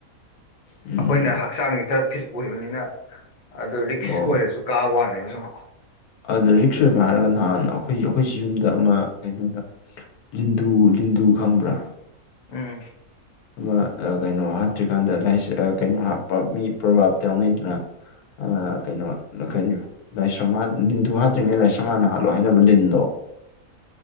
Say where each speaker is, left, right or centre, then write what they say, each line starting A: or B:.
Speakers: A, on the left; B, on the left.
A: ꯎꯝ
B: ꯑꯩꯈꯣꯏꯅ ꯍꯛꯆꯥꯡꯁꯤ ꯈꯔ ꯐꯤꯠ ꯑꯣꯏꯕꯅꯤꯅ ꯑꯗꯨ ꯔꯤꯛꯁ
A: ꯑꯣ
B: ꯑꯣꯏꯔꯁꯨ ꯀꯥꯕ ꯋꯥꯅꯦꯕ ꯁꯨꯝ
A: ꯑꯗꯨꯗ ꯔꯤꯛꯁ ꯑꯣꯏꯕ ꯍꯥꯏꯔꯒ ꯅꯍꯥꯟ ꯑꯩꯈꯣꯏ ꯑꯩꯈꯣꯏꯁꯤ ꯌꯨꯝꯗ ꯑꯃ ꯀꯩꯅꯣꯗ ꯂꯤꯟꯗꯨ ꯂꯤꯟꯗꯨ ꯈꯪꯕ꯭ꯔꯥ
B: ꯎꯝ
A: ꯑꯃ ꯀꯩꯅꯣ ꯍꯥꯞꯇ꯭ꯔꯤꯀꯥꯟꯗꯥ ꯀꯩꯅꯣ ꯍꯥꯠꯄ ꯃꯤ ꯄ꯭ꯔꯣꯕꯥꯥꯞꯇ ꯌꯥꯎꯅꯩꯗꯅ ꯀꯩꯅꯣ ꯅ ꯀꯔꯤ ꯂꯥꯏꯁ꯭ꯔꯝ ꯍꯠ ꯂꯤꯟꯗꯨ ꯍꯥꯠꯇ꯭ꯔꯤꯉꯩ ꯂꯥꯏꯁ꯭ꯔꯝ ꯍꯥꯠꯂꯣ ꯍꯥꯏꯅꯕ ꯂꯤꯟꯗꯣ꯫